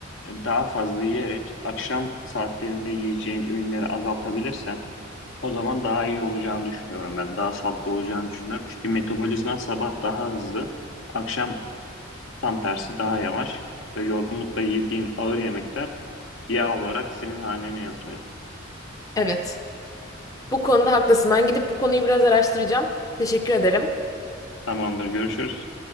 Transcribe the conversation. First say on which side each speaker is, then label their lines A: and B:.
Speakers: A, on the left (about 65°); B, on the left (about 15°).
A: e, daha fazla yiyerek akşam saatlerinde yiyeceğin ürünleri azaltabilirsen o zaman daha iyi olacağını düşünüyorum ben. Daha sağlıklı olacağını düşünüyorum. Çünkü metabolizman sabah daha hızlı, akşam tam tersi daha yavaş ve yorgunlukta yediğin ağır yemekler yağ olarak senin hanene yazılıyor.
B: Evet. Bu konuda haklısın. Ben gidip bu konuyu biraz araştıracağım. Teşekkür ederim.
A: Tamamdır, görüşürüz.